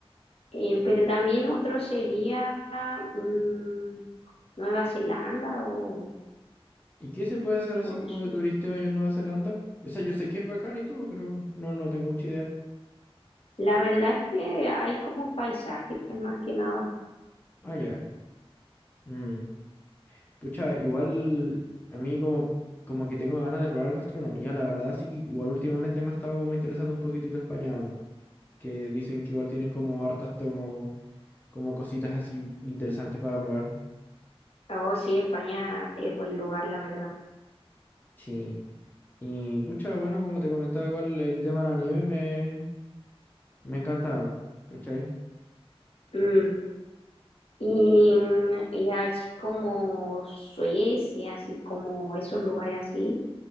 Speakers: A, on the left (about 70°); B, on the left (about 15°).
A: Eh, pero también otro sería mm, Nueva Zelanda o,
B: ¿Y qué se puede hacer así
A: o eso.
B: como de turisteo allá en Nueva Zelanda? O sea, yo sé que es bacán y todo, pero no, no tengo mucha idea.
A: La verdad es que hay como paisajes más que nada.
B: Ah, ya. Mm. Pucha, igual a mí como, como que tengo ganas de probar gastronomía, la verdad, así que igual últimamente me ha estado como interesando un poquitito España, weón, que dicen que igual tienen como hartas como, como cositas así interesantes para probar.
A: Oh, sí, España es buen lugar, la verdad.
B: Sí. Y pucha, bueno, como te comentaba, igual el tema de la nieve me, me encanta, ¿cachai?
A: Mm, Y, mm, y así como Suecia, así como esos lugares así.